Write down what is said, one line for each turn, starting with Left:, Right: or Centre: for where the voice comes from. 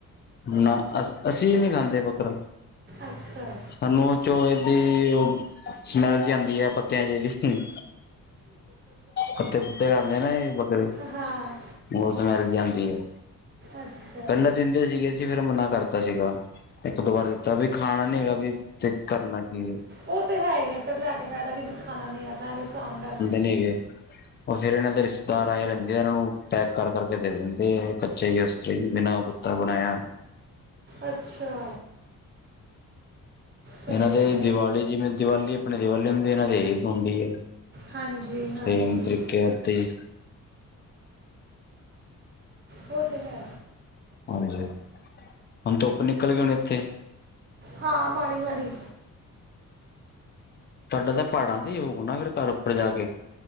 Left: ਨਾ, ਅ ਅਸੀਂ ਨਹੀਂ ਖਾਂਦੇ ਬਕਰਾ।
Right: ਅੱਛਾ
Left: ਸਾਨੂੰ ਉਹ ਚੋਂ ਇਹਦੀ ਸਮੈਲ ਜੀ ਆਂਦੀ ਹੈ, ਪੱਤਿਆਂ ਦੀ ਜੀ। ਪੱਤੇ -ਪੁੱਤੇ ਖਾਂਦੇ ਆ ਨਾ ਇਹ ਬੱਕਰੇ।
Right: ਹਾਂ
Left: ਬਹੁਤ ਸਮੈਲ ਜੀ ਆਂਦੀ ਐ।
Right: ਅੱਛਾ।
Left: ਪਹਿਲਾਂ ਦਿੰਦੇ ਸੀਗੇ ਸੀ ਫੇਰ ਮਨਾ ਕਰਤਾ ਸੀਗਾ, ਇਕ ਦੋ ਵਾਰ ਦਿੱਤਾ ਵੀ ਖਾਣਾ ਨੀ ਹੈਗਾ ਵੀ ਤੇ ਕਰਨਾ ਕੀ ਹੈ।
Right: ਉਹ ਤੇ ਹੈ ਹੀ ਫੇਰ ਲੈ ਕੇ ਫਾਇਦਾ ਹੀ ਕੀ ਜੇ ਖਾਣਾ ਨੀ ਆ ਤਾਂ ਐ ਵੀ ਆ।
Left: ਠੀਕ ਏ- ਉਹ ਫੇਰ ਇਹਨਾਂ ਦੇ ਰਿਸ਼ਤੇਦਾਰ ਆਏ ਰਹਿਦੇ ਆ, ਇਹਨਾਂ ਨੂੰ ਪੈਕ ਕਰ-ਕਰ ਕੇ ਦੇ ਦਿੰਦੇ ਆ। ਕੱਚਾ ਹੀ ਉਸਤਰੀ ਬਿਨਾਂ ਉਹ <unintelligible> ਕੁੱਤਾ ਬਣਾਇਆ।
Right: ਅੱਛਾ। ਸਹੀ
Left: ਇਹਨਾ ਦੇ
Right: ਹੈ
Left: ਦੀਵਾਲੀ ਜਿਵੇ ਦੀਵਾਲੀ ਆਪਣੇ ਦੀਵਾਲੀ ਹੁੰਦੀ ਇਹਨਾ ਦੇ- ਹੂੰਦੀ ਹੈ।
Right: ਹਾਂਜੀ ਹਾਂਜੀ
Left: ਸੇਮ ਤਰੀਕੇ ਆਪ ਦੀ-
Right: ਉਹ ਤੇ ਹੈ।
Left: ਹਾਂਜੀ, ਹੁਣ ਧੁੱਪ ਨਿਕਲ ਗਏ ਹੁਣੇ ਇਥੇ?
Right: ਹਾਂ ਮਾੜੀ- ਮਾੜੀ-
Left: ਤੁਹਾਡਾ ਤਾਂ ਪਹਾੜਾਂ ਦਾ ਹੀ ਹੋਊ ਨਾ ਫਿਰ ਘਰ ਉਪਰ ਜਾ ਕੇ-